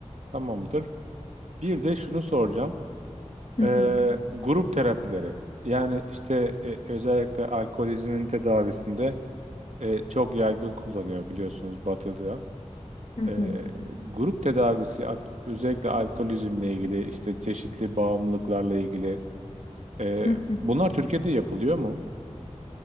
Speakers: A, on the right; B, on the left.
A: Tamamdır. Bir de şunu soracağım.
B: Hı
A: Ee,
B: hı,
A: grup terapileri. Yani işte e, özellikle alkolizmin tedavisinde e, çok yaygın kullanıyor biliyorsunuz Batı'da.
B: hı hı,
A: Ee, grup tedavisi at- özellikle alkolizmle ilgili işte çeşitli bağımlılıklarla ilgili. e,
B: hı.
A: bunlar Türkiye'de yapılıyor mu?